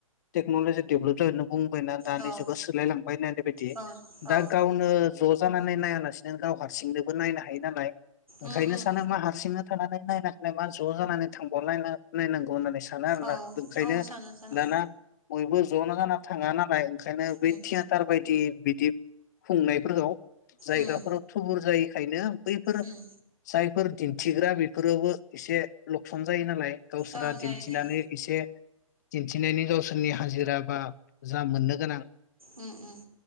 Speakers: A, on the left; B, on the right.
A: टेक्न'लजि डेभलप जाहैनांगौमोन बुंबायना दानि
B: औ
A: जुगाव सोलायलांबाय होननाय बायदि
B: औ औ
A: दा गावनो ज' जानानै लासिनो गाव हारसिंनोबो नायनो हायो नालाय ओंखायनो
B: उम उम
A: सानो मा हारसिंनो थानानै नायना मा ज' जानानै थांबाव नायनांगौ होननानै स आरोना
B: औ
A: ओंखायनो
B: औ सानो सानो
A: दाना बयबो जनो गाना थाङा नालाय ओंखायनो बै
B: उम
A: थियाटार बायदि बिदि खुंनायफोरखौ जायगाफोराव
B: उम
A: थुबुर जायो खायनो बैफोर
B: उम
A: जायफोर दिन्थिग्रा बेफोरावबो एसे लकसन जायो नालाय। गावसोरा
B: औ जायो
A: दिन्थिनानै
B: जायो
A: एसे दिन्थिनायनि गावसोरनि हाजिरा बा जा मोननो गोनां
B: उम उम